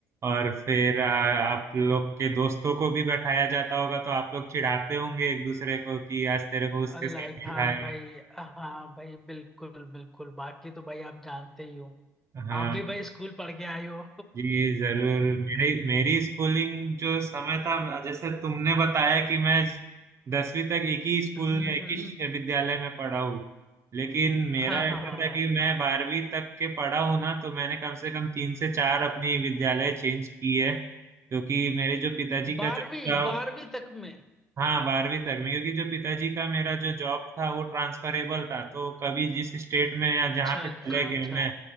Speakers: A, on the right; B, in the centre.
A: और फिर आ, आप लोग के दोस्तों को भी बैठाया जाता होगा तो आप लोग चिढ़ाते होंगे एक दूसरे को कि आज तेरे को उसके
B: लाइक
A: साथ बैठाया
B: हाँ भाई हाँ भाई बिल्कुल बिल्कुल बाकी तो भाई आप जानते ही हो
A: हाँ
B: आप भी भाई स्कूल पढ़ के आए हो
A: जी जरूर मेरी मेरी स्कूलिंग जो समय था जैसे तुमने बताया कि मैं दसवीं तक एक ही स्कूल
B: <laughs>
A: या एक ही विद्यालय में पढ़ा हूँ लेकिन मेरा
B: हाँ हाँ
A: ऐसा
B: हाँ
A: था
B: हाँ
A: कि मैं बारहवीं तक के पढ़ा हूँ ना तो मैंने कम से कम तीन से चार अपनी विद्यालय चेंज की है क्योंकि मेरे जो पिताजी
B: बारहवीं
A: का जॉब था
B: बारहवीं तक में
A: हाँ बारहवीं तक में क्योंकि जो पिताजी का मेरा जो जॉब था वो ट्रांसफरेबल था तो कभी जिस स्टेट में या
B: अच्छा
A: जहाँ पे
B: अच्छा
A: चले गए
B: अच्छा
A: मैं